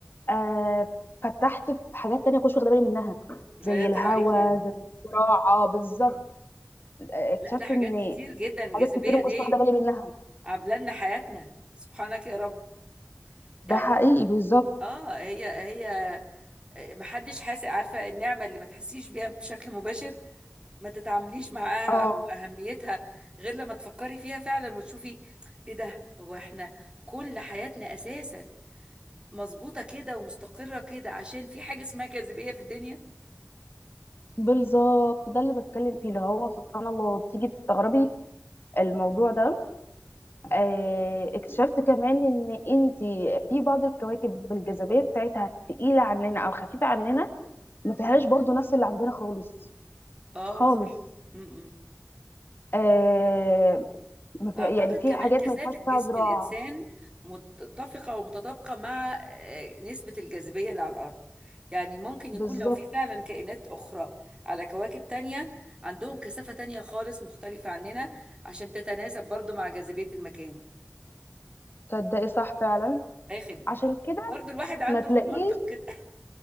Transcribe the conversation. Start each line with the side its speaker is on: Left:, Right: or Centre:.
Left: آه فتحت في حاجات تانية كنتش واخده بالي منها
Right: غيرت
Left: زي الهوا
Right: رايك يعني
Left: زي الزراعه بالظبط آه، اكتشفت
Right: لا ده حاجات
Left: ان
Right: كتير جدا الجاذبيه
Left: حاجات كتير ما
Right: دي
Left: كنتش واخده بالي منها
Right: عامله لنا حياتنا سبحانك يا رب يعني
Left: ده حقيقي بالظبط
Right: اه هي هي محدش حاسس عارفه النعمه اللي ما تحسيش بيها بشكل مباشر ما تتعامليش معاها
Left: اه
Right: او اهميتها غير لما تفكري فيها فعلا وتشوفي ايه ده هو احنا كل حياتنا اساسا مظبوطه كده ومستقره كده عشان في حاجه اسمها جاذبيه في الدنيا
Left: بالظبط ده اللي بتكلم فيه اللي هو سبحان الله تيجي تستغربي الموضوع ده آه اكتشفت كمان ان انت في بعض الكواكب بالجاذبيه بتاعتها تقيله عننا او خفيفه عننا ما فيهاش برضو نفس اللي عندنا خالص
Right: اه
Left: خالص
Right: صح م-م.
Left: آه ما في
Right: أعتقد
Left: يعني في
Right: كمان
Left: حاجات
Right: كثافة
Left: ما ينفعش
Right: جسم
Left: فيها زراعه
Right: الإنسان متفقة ومتطابقة مع آه، نسبة الجاذبية اللي على الأرض يعني ممكن يكون
Left: بالظبط
Right: لو في فعلا كائنات أخرى على كواكب تانية عندهم كثافة تانية خالص مختلفة عننا عشان تتناسب برضو مع جاذبية المكان
Left: تصدقي صح فعلا
Right: أي خدمة
Left: عشان كده
Right: برضو الواحد عنده
Left: ما تلاقيش
Right: منطق كده